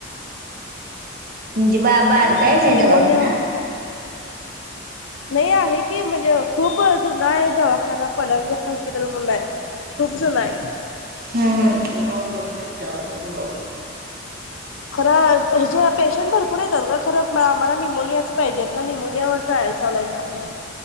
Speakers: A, on the right (about 50°); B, on the left (about 80°).
A: म्हणजे बा बार काय
B: ते कसं
A: काय दवाखाना
B: निमोनिया नाही आहे की म्हणजे खूप जुन आहे दवाखाना पलंगी हॉस्पिटल म्हणून आहे खूप जय
A: हम हमोन ला चारास फोन लाव
B: खर ह्या पेशंट भरपूर येतात का खरं आम्हाला निमोनियाच पाहिजेत ना निमोनियावर ट्राय चालाय का म